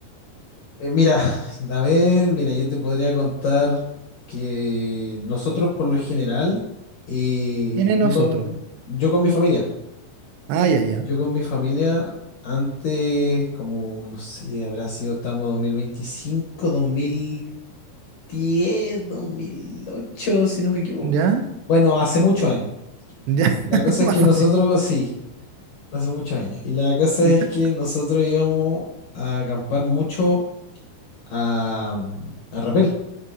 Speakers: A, on the left; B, on the right.
A: Eh, mira, a ver, mira, yo te podría contar que nosotros por lo general, eh,
B: Tiene
A: yo
B: nosotros.
A: con, yo con mi familia.
B: Ah, ya, ya.
A: Yo con mi familia, antes, como, no sé, habrá sido, estamos dos dos mil veinticinco, dos mil veinticinco dos mil ocho si no me equivoco.
B: Ya,
A: Bueno, hace muchos años.
B: ya, <laughs>
A: La cosa
B: más
A: es que
B: fácil.
A: nosotros, sí, hace muchos años. Y la cosa
B: Ya.
A: es que nosotros íbamos a acampar mucho a, mm, a Rapel.